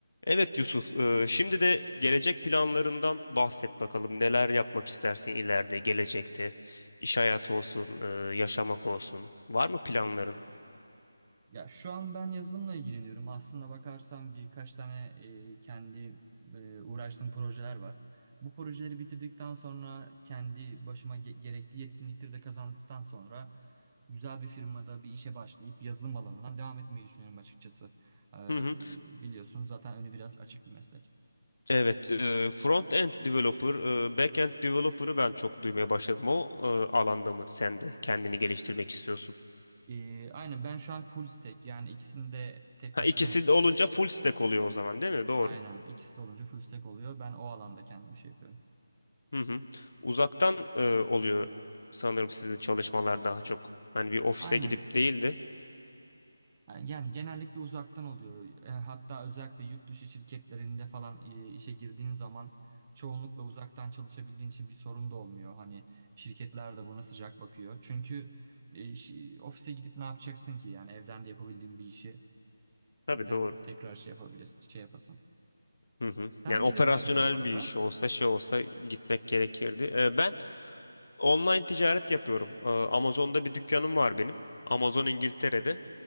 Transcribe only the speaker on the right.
Ya şu an ben yazılımla ilgileniyorum. Aslında bakarsam birkaç tane e, kendi e, uğraştığım projeler var. Bu projeleri bitirdikten sonra kendi başıma ge- gerekli yetkinlikleri de kazandıktan sonra güzel bir firmada bir işe başlayıp yazılım alanından devam etmeyi düşünüyorum açıkçası. Ee,
biliyorsun zaten önü biraz açık bir meslek.
Ee, aynen ben şu an full stack yani ikisini de tek
başıma
yapıyorum.
Aynen ikisi de olunca full stack oluyor. Ben o alanda kendimi şey yapıyorum.
Aynen.
Yani, yani genellikle uzaktan oluyor. E, Hatta özellikle yurt dışı şirketlerinde falan e, işe girdiğin zaman çoğunlukla uzaktan çalışabildiğin için bir sorun da olmuyor. Hani şirketler de buna sıcak bakıyor. Çünkü e, şi- ofise gidip ne yapacaksın ki? Yani evden de yapabildiğin bir işi
neden
tekrar şey yapabilirsin, şey yapasın?
Sen
neyle
uğraşıyordun bu arada?